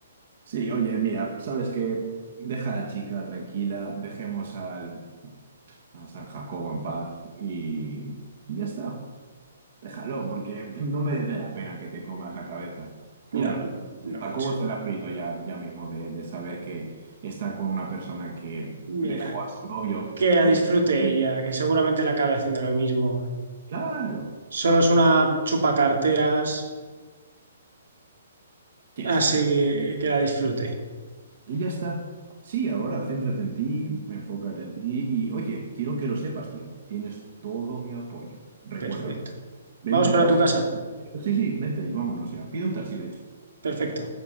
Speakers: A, on the right; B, on the right.
A: Sí, oye, mira, ¿sabes qué? Deja a la chica tranquila, dejemos al, a San Jacobo en paz y y ya está. Déjalo, porque no merece la pena que te comas la cabeza. Míralo.
B: No, no
A: Jacobo
B: mucho.
A: estará frito ya, ya mismo de, de saber que está con una persona que dejó
B: Mira,
A: a su novio
B: que la
A: por...
B: disfrute
A: escondite.
B: ella, que seguramente la acabe haciendo lo mismo.
A: Claro,
B: Solo es una chupacarteras,
A: quién
B: así
A: sabe.
B: que que la disfrute.
A: Y ya está. Sí, ahora céntrate en ti, enfócate en ti y oye, quiero que lo sepas, tío. Tienes todo mi apoyo. Recuérdalo.
B: Perfecto.
A: Vente
B: Vamos
A: a
B: para
A: casa.
B: tu casa.
A: Sí, sí, vente y vámonos ya. Pide un taxi, de hecho.
B: Perfecto.